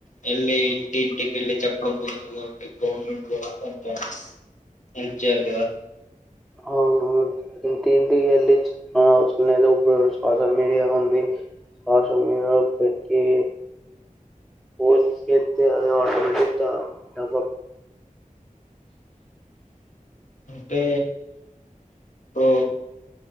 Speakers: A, on the left (about 60°); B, in the centre.
A: వెళ్ళి ఇంటింటికి వెళ్ళి చెప్పడం కుదదు కాబట్టి గవర్నమెంట్ దార కొంచెం హెల్ప్ చేయాలి కదా
B: అవును ఇంటింటికి వెళ్ళి చెప్ప అవసరం లేడు సోషల్ మీడియా ఉంది సోషల్ మీడియా పెట్టి పోస్ట్ అదిట అ
A: అంటే ఇప్పుడు